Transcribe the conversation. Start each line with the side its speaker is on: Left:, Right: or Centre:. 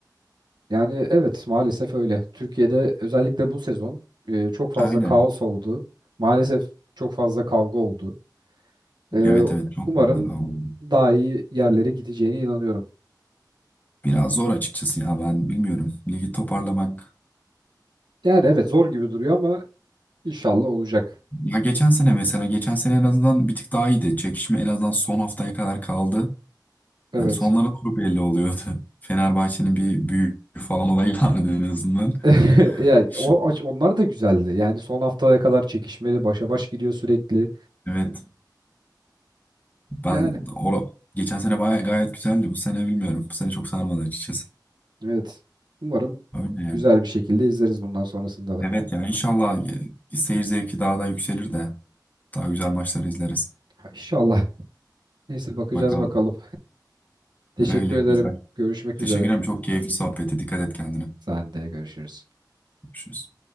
Right: Yani evet maalesef öyle. Türkiye'de özellikle bu sezon e, çok fazla
Left: Aynen.
Right: kaos oldu. Maalesef çok fazla kavga oldu. Ee,
Left: Evet evet çok
Right: umarım
Left: fazla. oldu.
Right: daha iyi yerlere gideceğine inanıyorum.
Left: Biraz zor açıkçası ya ben bilmiyorum. Ligi toparlamak
Right: Yani evet zor gibi duruyor ama inşallah olacak.
Left: Ya geçen sene mesela geçen sene en azından bir tık daha iyiydi. Çekişme en azından son haftaya kadar kaldı.
Right: Evet.
Left: Hani sonlara doğru belli oluyordu. <laughs> Fenerbahçe'nin bir büyük falan olayı vardı en azından.
Right: <laughs> Yani
Left: Şimdi,
Right: o aç- onlar da güzeldi. Yani son haftaya kadar çekişmeli, başa baş gidiyor sürekli.
Left: evet ben
Right: Yani
Left: or geçen sene baya gayet güzeldi. Bu sene bilmiyorum. Bu sene çok sarmadı açıkçası.
Right: evet. Umarım
Left: Öyle yani.
Right: güzel bir şekilde izleriz bundan sonrasında da.
Left: Evet yani inşallah e, seyir zevki daha da yükselir de daha güzel maçları izleriz.
Right: Ha, İnşallah. Neyse bakacağız
Left: Bakalım.
Right: bakalım. Teşekkür
Left: Öyle
Right: ederim.
Left: güzel.
Right: Görüşmek
Left: Teşekkür
Right: üzere.
Left: ederim. Çok keyifli sohbeti. Dikkat et kendine.
Right: Sen de görüşürüz.
Left: Görüşürüz.